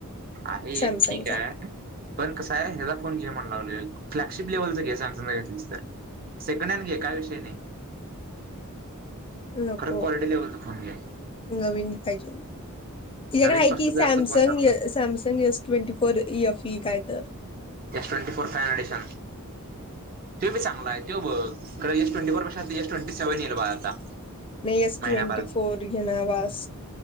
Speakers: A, on the right (about 40°); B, on the left (about 25°).
A: आहे
B: सॅमसंगचा
A: ठीक हाय, पण कस आहे हेजा फोन घे म्हनलो. फ्लॅगशिप्लेवलचा घे सॅमसंगचा घेण्यापेक्षा, सेकंड हॅन्ड घे काय विषय नाही.
B: नको
A: खरं क्वालिटी लेव्हलचा फोन घे.
B: नवीन पाहिजे तिच्याकडे
A: नवीन
B: आहे
A: पस्तीस
B: की
A: हजारचा
B: सॅमसंग
A: फोन चांगला
B: सॅमसंग य. ट्वेंटी फोर इफई काय तर.
A: एस ट्वेंटी फोर फाय डिशन तो चांगला आहे, तो बघ खरं एस ट्वेंटी फोर पेक्षा एस ट्वेंटी सेव्हन येईल बाळ येईल आता.
B: नाही एस
A: महिनाभरात
B: ट्वेंटी फोर घेणार बास.